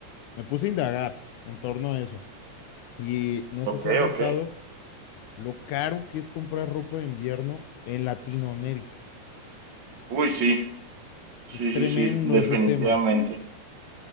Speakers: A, on the left; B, on the right.
A: me puse a indagar en torno a eso. Y no
B: Ok,
A: sé si has notado
B: ok.
A: lo caro que es comprar ropa de invierno en Latinoamérica.
B: Uy, sí, sí,
A: Es
B: sí,
A: tremendo
B: sí, definitivamente.
A: ese tema.